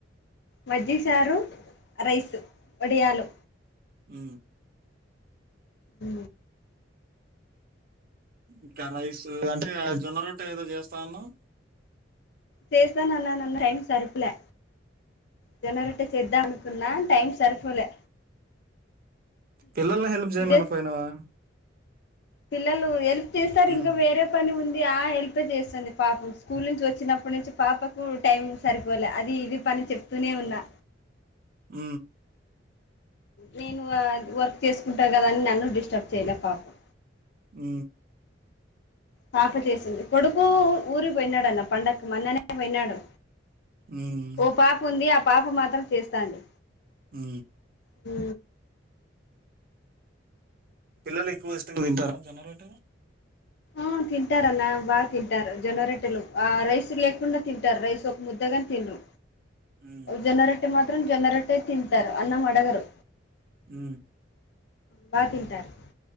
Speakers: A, on the left; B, on the right.
A: మజ్జిలిచారు రైసు వడియాలు
B: ఉ
A: ఉ
B: ఇంకా రైస్ అంటే జొన్న రొట్ట ఏదో చేస్తా అన్నావ్
A: చేస్తా అన్నాను అన్నా టైం సరుకులే జొన్నారోటే చేద్దా అనుకున్నా టైం సరిపోలే
B: పిల్లల్ని హెల్ప్ చేయమని
A: ఇదే
B: పోయినావా
A: పిల్లలు ఎల్ప్ చేస్తారు
B: హ్మ్.
A: ఇంకా వేరే పని ఉంది ఆ హెల్ప్ చేస్తుంది పాప స్కూల్ నుంచి వచ్చినప్పుటి నుంచి పాపకు టైం సరిపోలేదు అది ఇ ఇది పని చెప్తూనే ఉన్నా
B: ఉ
A: నేను వర్క్ చేసుకుంటా కదా అని నన్ను డిస్టర్బ్ చేయలే పాపం
B: ఉ
A: పాప చేస్తుంది కొడుకు ఊరికి పోయినాడున్న పండగకు మన్ననే పోయినాడు
B: ఉమ్
A: ఓ పాపు ఉంది ఆ పాపు మాత్రం చేస్తాది
B: ఉ
A: హ
B: పిల్లలు ఎక్కువ ఇష్టంగా తింటారా జొన్నారోటేనూ
A: ఆ తింటారన్న బాగా తింటారు జొన్నారోటేలు ఆ రైస్ లేకుండా తింటారు రైస్ ఒక ముద్దగాని తినరు
B: ఉమ్
A: జొన్నరెట్టె మాత్రం జొన్నరెట్టే తింటారు అన్నం అడగరు
B: ఉ
A: బా తింటారు